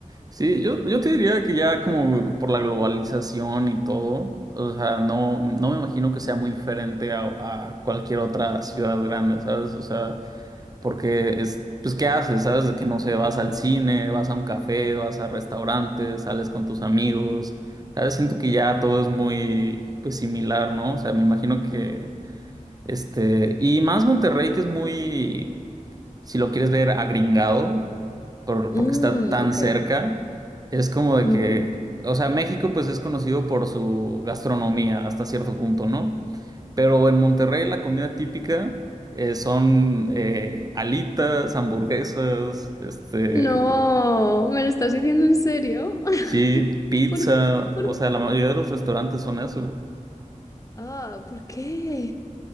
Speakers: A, on the right; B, on the left.
A: sí, yo, yo te diría que ya como por la globalización y todo, o sea, no, no me imagino que sea muy diferente a, a cualquier otra ciudad grande, ¿sabes? O sea, porque es, pues, ¿qué haces? ¿Sabes? De que no sé, vas al cine, vas a un café, vas a restaurantes, sales con tus amigos, ¿sabes? Siento que ya todo es muy, pues, similar, ¿no? O sea, me imagino que, este, y más Monterrey que es muy... si lo quieres ver agringado, por-
B: Mm,
A: porque está tan
B: ok.
A: cerca, es como de
B: Ujú.
A: que, o sea, México pues es conocido por su gastronomía hasta cierto punto, ¿no? Pero en Monterrey la comida típica eh, son eh, alitas, hamburguesas, este,
B: No, ¿me lo estás diciendo en serio? <laughs>
A: sí, pizza,
B: ¿Por, por,
A: o sea, la mayoría de los restaurantes son eso.
B: ah, ¿por qué?